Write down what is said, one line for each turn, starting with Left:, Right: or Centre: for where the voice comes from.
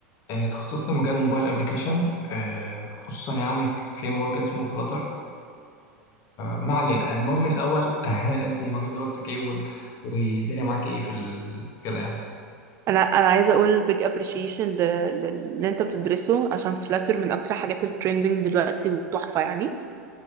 Left: آه، اتخصصت في مجال الموبايل أبليكيشن آه، خصوصا يعني في فريم ورك اسمه فلاتر ما علينا المهم الأول <laughs> أنت مجال دراستك إيه وال- والدنيا معاك إيه في ال- كده يعني
Right: انا انا عايزه اقول big appreciation ل- ل- للي انت بتدرسه عشان فلاتر من اكتر حاجات الترندنج دلوقتي وتحفه يعني